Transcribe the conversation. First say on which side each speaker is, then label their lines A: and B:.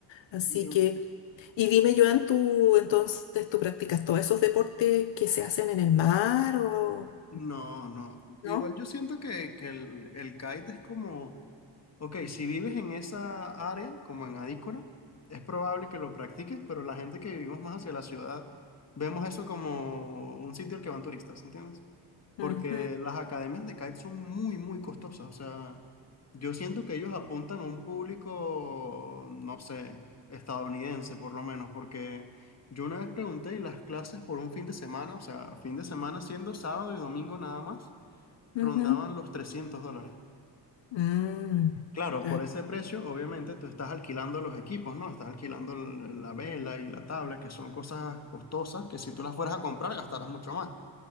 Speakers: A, on the left; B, on the left.
A: Así
B: Y-
A: que, y dime, Joan, tú entonces, ¿tú practicas todos esos deportes que se hacen en el mar o
B: No, no. Igual
A: no?
B: yo siento que, que el, el kite es como... Ok, si vives en esa área, como en Adícora, es probable que lo practiques, pero la gente que vivimos más hacia la ciudad, vemos eso como un sitio al que van turistas, ¿entiendes? Porque
A: Ajá,
B: las academias de kite son muy, muy costosas. O sea, yo siento que ellos apuntan a un público, no sé, estadounidense por lo menos, porque yo una vez pregunté y las clases por un fin de semana, o sea, fin de semana siendo sábado y domingo nada más, rondaban
A: ajá.
B: los 300 dólares.
A: Mm,
B: Claro,
A: claro,
B: por ese precio, obviamente, tú estás alquilando los equipos, ¿no? Estás alquilando l- la vela y la tabla, que son cosas costosas que si tú las fueras a comprar gastarás mucho más.